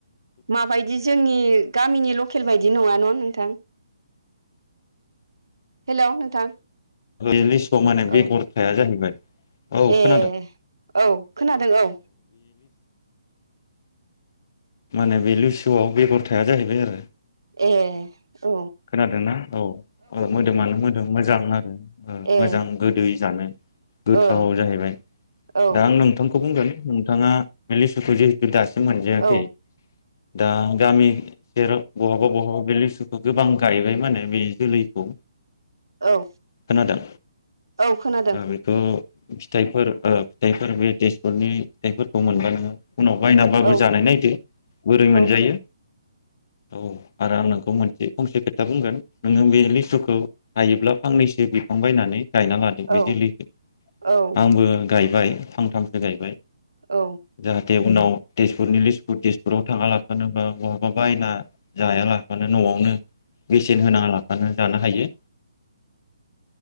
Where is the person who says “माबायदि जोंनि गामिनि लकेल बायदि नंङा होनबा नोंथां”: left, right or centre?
Right